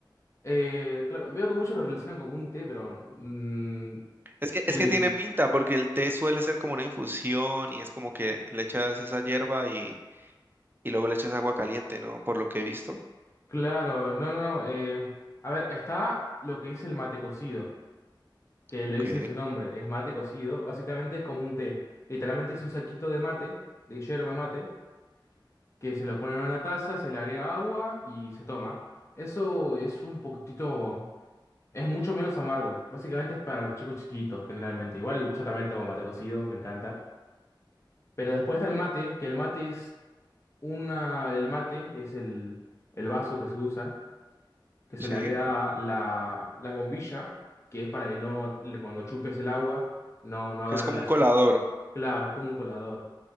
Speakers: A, on the left; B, on the right.
A: Eh, claro, veo que muchos lo relacionan como un té, pero mm,
B: Es que,
A: el,
B: es que tiene pinta, porque el té suele ser como una infusión y es como que le echas esa hierba y, y luego le echas agua caliente, ¿no? Por lo que he visto.
A: Claro, no, no, no. eh, a ver, está lo que es el mate cocido, que
B: Ok,
A: le dicen su nombre, es mate cocido. Básicamente es como un té. Literalmente es un saquito de mate, de yerba mate, que se lo pone en una taza, se le agrega agua y se toma. Eso es un poquitito, es mucho menos amargo. Básicamente es para los chicos chiquitos, generalmente. Igual yo también tomo mate cocido, me encanta. Pero después está el mate, que el mate es una, el mate es el, el vaso que se usa que se
B: sí.
A: le agrega la, la bombilla, que es para que no, le- cuando chupes el agua, no, no agarre
B: Que es como
A: la...
B: un
A: ye-
B: colador.
A: Claro, es como un colador.